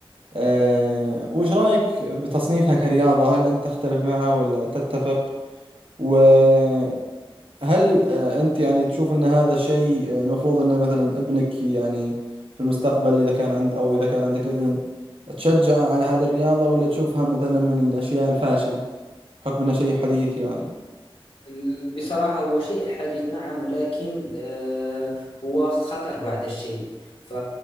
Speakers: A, on the right; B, on the left.
A: أه وش رأيك بتصنيفها كرياضة هل أنت تختلف معه ولا تتفق وهل أه أنت يعني تشوف أن هذا الشيء آه، مفروض أن مثلا ابنك يعني في المستقبل إذا كان عند أو إذا كان عندك ابن تشجعه على هذه الرياضة ولا تشوفها مثلا من الأشياء الفاشلة بحكم أنها شيء حديث يعني
B: ال- بصراحة هو شيء حديث نعم ولكن آه، هو خطر بعض الشيء ف-